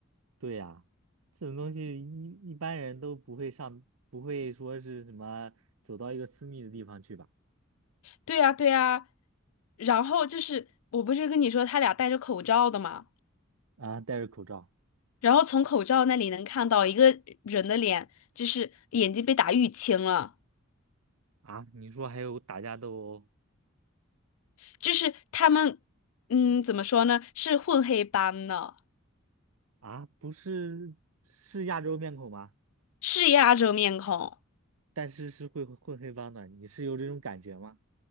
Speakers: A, on the right; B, on the left.
A: 对呀，这种东西一一般人都不会上，不会说是什么走到一个私密的地方去吧？
B: 对呀，对呀。然后就是我不是跟你说他俩戴着口罩的嘛，
A: 啊，戴着口罩
B: 然后从口罩那里能看到一个人的脸，就是眼睛被打淤青了，
A: 啊，你说还有打架斗殴
B: 就是他们，嗯，怎么说呢？是混黑斑的，
A: 啊？不是是亚洲面孔吗？
B: 是亚洲面孔，
A: 但是是会混黑帮的，你是有这种感觉吗？